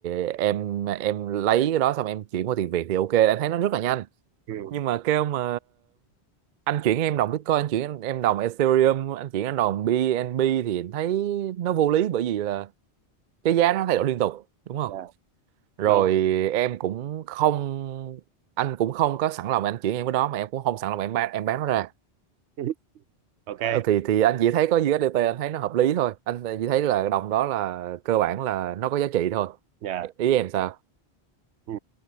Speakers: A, on the right; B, on the right.
A: em em lấy cái đó xong em chuyển qua tiền Việt thì ok em thấy nó rất là nhanh
B: ừ
A: nhưng mà kêu mà anh chuyển em đồng Bitcoin anh chuyển em đồng Ethereum anh chuyển em đồng BNB thì em thấy nó vô lý bởi vì là cái giá nó thay đổi liên tục đúng không
B: dạ
A: rồi
B: đúng
A: em cũng không anh cũng không có sẵn lòng anh chuyển em cái đó mà em cũng không sẵn lòng em bán em bán nó ra
B: <laughs> ok
A: Ờ, thì thì anh chỉ thấy có USDT anh thấy nó hợp lý thôi anh chỉ thấy là đồng đó là cơ bản là nó có giá trị thôi
B: dạ
A: ý ý em sao
B: ừ.